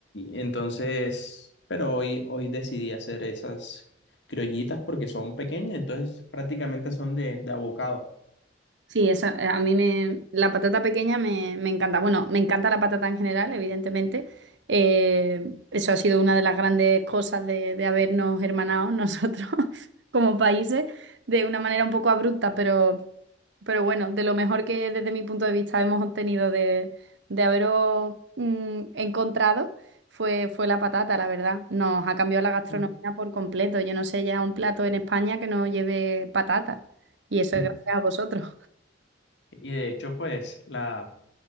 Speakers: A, on the left; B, on the right.
A: y entonces, pero hoy, hoy decidí hacer esas criollitas porque son pequeñas, entonces prácticamente son de, de abocado.
B: Sí, esa, eh, a mí me, la patata pequeña me, me encanta. Bueno, me encanta la patata en general, evidentemente. Eh, eso ha sido una de las grandes cosas de, de habernos hermanado nosotros <laughs> como países de una manera un poco abrupta, pero, pero bueno, de lo mejor que desde mi punto de vista hemos obtenido de, de haberos mm, encontrado fue, fue la patata, la verdad. Nos ha cambiado la gastronomía
A: Mm.
B: por completo. Yo no sé ya un plato en España que no lleve patata. Y eso
A: Mm.
B: es gracias a vosotros.
A: Y de hecho, pues la,